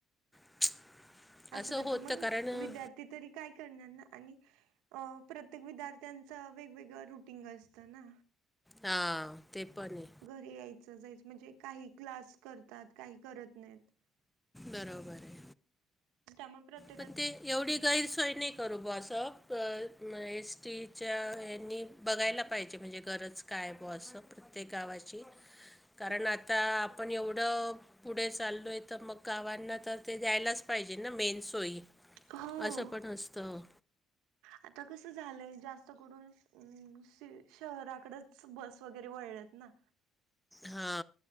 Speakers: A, in the centre; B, on the right.
A: <unintelligible>
B: असं करत
A: होतं
B: मग
A: कारण
B: विद्यार्थी तरी काय करणार ना आणि अ प्रत्येक विद्यार्थ्यांचं वेगवेगळं रुटीन असतं ना
A: हा ते पणे
B: घरी यायचं जायचं म्हणजे काही क्लास करतात काही करत नाहीत
A: बरोबर आहे
B: त्याम प्रत
A: पण ते एवढी गैरसोय नाही करूब असं एस टीच्या ह बघायला पाहिजे म्हणजे गरज कायबो असं प्रत्येक गावाची
B: <unintelligible>
A: कारण आता आपण एवढं पुढे चाललो आहे तर मग गावांना तर ते दयलाच पाहिजे ना मेन सोयी
B: हो
A: असं पण असतं
B: आता कसं झालंय जास्त करून श शहराकडंच बस वगैरे वळल्यात ना
A: हा